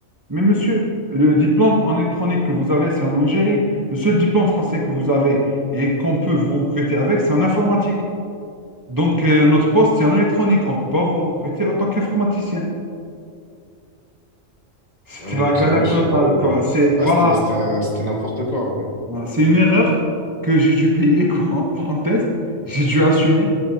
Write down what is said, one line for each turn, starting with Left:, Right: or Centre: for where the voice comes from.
Right: Mais monsieur, le diplôme en électronique que vous avez, c'est en Algérie. Le seul diplôme français que vous avez et qu'on peut vous recruter avec, c'est en informatique. Donc euh, notre poste, c'est en électronique. On ne peut pas vous recruter en tant qu'informaticien. C'était
Left: Ok,
Right: la galère
Left: ouais, je...
Right: totale, quoi. C'est,
Left: ouais
Right: voilà,
Left: c'était c'était un- c'était n'importe quoi, ouais.
Right: Voilà, C'est une erreur que j'ai dû payer, <laughs> quoi, entre parenthèses. J'ai dû assumer